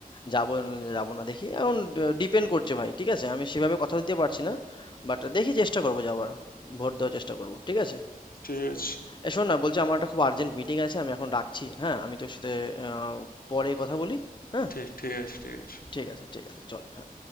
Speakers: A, on the left; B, on the left.
A: যাবো নাহলে যাবো না দেখি এখন ডিপেন্ড করছে ভাই ঠিক আছে আমি সেভাবে কথা দিতে পারছি না বাট দেখি চেষ্টা করবো যাবার ভোট দেওয়ার চেষ্টা করবো ঠিক আছে
B: ঠিক আছে
A: এ শোন না বলছি আমার একটা খুব আর্জেন্ট মিটিং আছে আমি এখন রাখছি হ্যাঁ আমি তোর সাথে আহ, পরে কথা বলি হ্যাঁ
B: ঠিক ঠিক আছে ঠিক আছে
A: ঠিক আছে ঠিক আছে চল হ্যাঁ